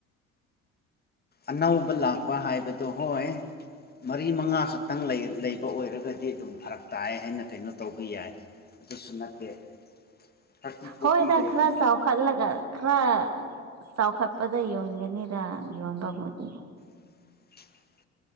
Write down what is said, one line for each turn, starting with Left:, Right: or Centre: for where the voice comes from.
Left: ꯑꯅꯧꯕ ꯂꯥꯛꯄ ꯍꯥꯏꯕꯗꯨ ꯍꯣꯏ ꯃꯔꯤ ꯃꯉꯥ ꯈꯛꯇꯪ ꯂꯩ ꯂꯩꯕ ꯑꯣꯏꯔꯒꯗꯤ ꯑꯗꯨꯝ ꯐꯔꯛ ꯇꯥꯏ ꯍꯥꯏꯅ ꯀꯩꯅꯣ ꯇꯧꯕ ꯌꯥꯏ ꯑꯗꯨꯁꯨ ꯅꯠꯇꯦ ꯊꯥꯔꯇꯤ ꯐꯣꯔꯇꯤ
Right: ꯍꯣꯏꯗ
Left: ꯂꯩ
Right: ꯈꯔ
Left: <inaudible>
Right: ꯆꯥꯎꯈꯠꯂꯒ ꯈꯔ ꯆꯥꯎꯈꯠꯄꯗ ꯌꯣꯟꯒꯅꯤꯗ ꯌꯣꯟꯕꯕꯨꯗꯤ
Left: <inaudible>